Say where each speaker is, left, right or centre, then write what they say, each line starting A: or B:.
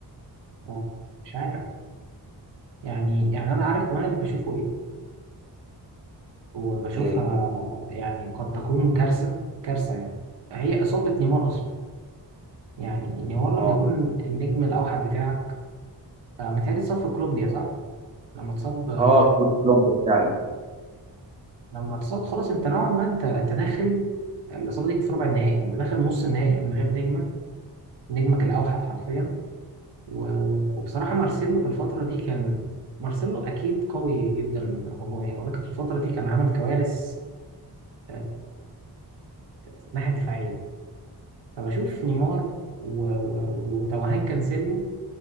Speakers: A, on the right; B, on the right.
A: هو مش عارف يعني يعني أنا عارف كمان اللي بشوفه إيه وبشوفها
B: ايه
A: يعني قد تكون كارثة كارثة يعني هي إصابة نيمار أصلا يعني نيمار
B: اه
A: لما يكون النجم الأوحد بتاعك آه، متهيألي اتصاب في كولومبيا صح؟ لما اتصاب
B: اه كولومبيا فعلا
A: لما تصاب خلاص انت نوعا ما انت انت داخل الاصابه دي كانت في ربع النهائي فانت داخل نص النهائي من غير نجمك نجمك الاوحد حرفيا و... و... وبصراحه مارسيلو في الفتره دي كان مارسيلو اكيد قوي جدا هجوميا ولكن في الفتره دي كان عامل كوارث آه، في الناحيه الدفاعيه فبشوف نيمار و... و... وتوهان كانسيلو